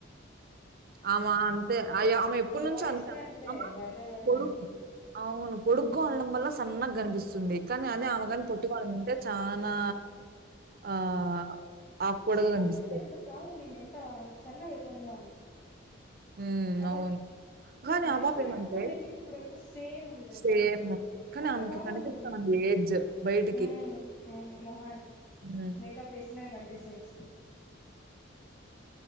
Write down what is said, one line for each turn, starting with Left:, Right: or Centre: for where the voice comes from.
Right: ఆంవ అంతే అయ ఆమె ఎప్పుడు నుంచో
Left: వాయిస్
Right: అంతే
Left: కూడా
Right: అమా
Left: బర్రె వాయిస్
Right: కొడుకు
Left: ఆమెది
Right: అవును పొడుగ్గా ఉండాడం వల్ల సన్నగా కనిపిస్తుంది కానీ అదే ఆమెగాని పొట్టి గా ఉండుంటే చానా ఆహ్, ఆక్కూరగా
Left: శ్రీముఖి
Right: కనిపిస్తది.
Left: చుడు ఎంత లావు వుండిందొ ను ఆ సన్నగా అయిపోయిందో ఆమె
Right: మ్...
Left: కదా
Right: అవును కానీ
Left: రష్మి
Right: ఆ పాప ఏమంటే
Left: అప్పటి నుంచి ఇప్పడు వరకు సేమ్ ఉంది తెలుసా
Right: సేమ్. కానీ
Left: ఆమె
Right: ఆమెకి
Left: బాగుంటుంది
Right: కనిపిస్తా ఉంది ఏజ్ బయటికి.
Left: ఉమ్.. అవును మోహన్
Right: హ్మ్.
Left: మేకప్ వేసిన కనిపి సెస్